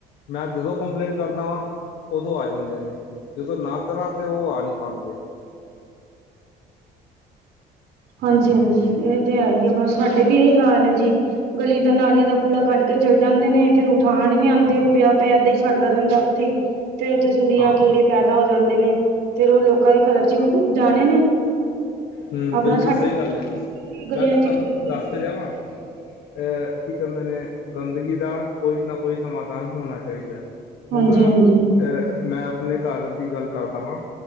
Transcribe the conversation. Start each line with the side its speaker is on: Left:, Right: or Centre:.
Left: ਮੈਂ ਜਦੋਂ ਕੰਪਲੇਂਟ ਕਰਦਾ ਵਾਂ ਓਦੋਂ ਆ ਜਾਂਦੇ ਨੇ ਜਦੋਂ ਨਾ ਕਰਾਂ ਤੇ ਓ ਆ ਨੀ ਪਾਂਦੇ।
Right: ਹਾਂਜੀ-ਹਾਂਜੀ ਏ ਤੇ ਹੈ ਈ ਆ ਬਸ ਸਾਡੇ ਵੀ ਏਹੀ ਹਾਲ ਹੈ ਜੀ ਗਲੀ ਦਾਂ ਨਾਲੀਆਂ ਦਾ ਕੂੜਾ ਕੱਡ ਕੇ ਚੱਲ ਜਾਂਦੇ ਨੇ ਫੇਰ ਉਠਾਣ ਈ ਨੀ ਆਂਦੇ ਓ ਪਯਾ-ਪਯਾ ਏਦਾਂ ਈ ਸੜਦਾ ਰੈੰਦਾ ਓਥੇ ਈ। ਫੇਰ ਉੱਥੇ ਸੁੰਡੀਆਂ
Left: ਹਾਂ
Right: ਕੀੜੇ ਪੈਦਾ ਹੋ ਜਾਂਦੇ ਨੇ ਫੇਰ ਓ ਲੋਕਾਂ ਦੇ ਘਰਾਂ ਚ ਈ ਜਾਣੇ ਨੇ।
Left: ਹੂੰ
Right: ਆਪਣਾ
Left: ਬਿਲਕੁਲ
Right: ਸਾਡੇ
Left: ਸਹੀ ਗੱਲ ਏ ਜੀ
Right: ਗਲੀਆਂ
Left: ਮੈਂ ਤੇ
Right: ਚ
Left: ਤਾਨੂੰ
Right: ਖੇਡਦੇ
Left: ਦੱਸ ਤੇ ਰੇਹਾ ਵਾਂ। ਅਹ ਕੀ ਕੈੰਦੇ ਨੇ ਗੰਦਗੀ ਦਾ ਕੋਈ ਨਾ ਕੋਈ ਸਮਾਧਾਨ ਹੋਣਾ ਚਾਇਦੈ।
Right: ਹਾਂਜੀ
Left: ਹੁਣ ਅਹ
Right: ਹਾਂਜੀ
Left: ਮੈਂ ਆਪਣੇ ਘਰ ਦੀ ਗੱਲ ਕਰਦਾ ਵਾਂ